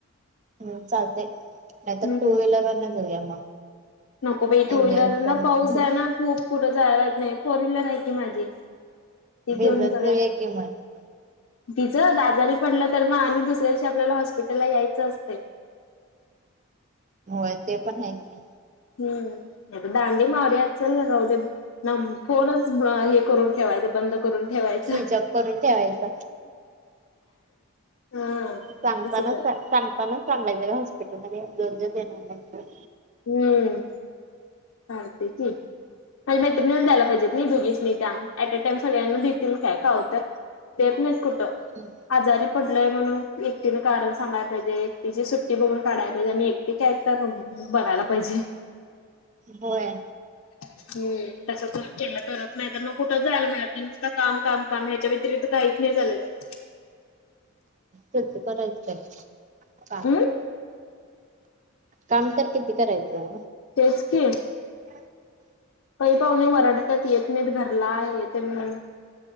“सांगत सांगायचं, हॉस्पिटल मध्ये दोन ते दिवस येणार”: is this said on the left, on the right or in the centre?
Right